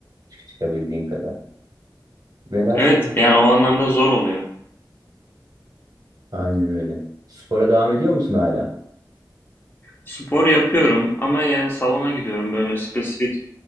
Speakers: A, on the right; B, on the left.
A: çık- çıkabildiğin kadar. Velhasıl
B: Evet
A: ha-
B: yani o anlamda zor oluyor.
A: aynen öyle. Spora devam ediyor musun hala?
B: Spor yapıyorum ama yani salona gidiyorum böyle spesifik